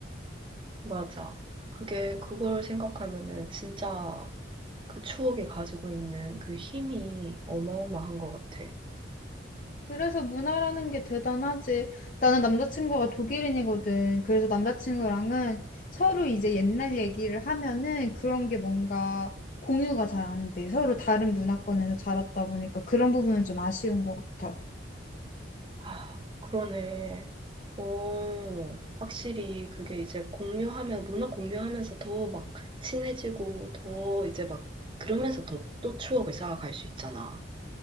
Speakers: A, on the right (about 25°); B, on the left (about 40°).
A: 맞아. 그게 그걸 생각하면은 진짜 그 추억이 가지고 있는 그 힘이 어마어마한 것 같아.
B: 그래서 문화라는 게 대단하지. 나는 남자친구가 독일인이거든. 그래서 남자친구랑은 서로 이제 옛날 얘기를 하면은 그런 게 뭔가 공유가 잘 안 돼. 서로 다른 문화권에서 자랐다 보니까 그런 부분은 좀 아쉬운 것 같아.
A: 아, 그러네. 어, 확실히 그게 이제 공유하면, 문화 공유하면서 더 막 친해지고, 더 이제 막, 그러면서 더 또 추억을 쌓아갈 수 있잖아.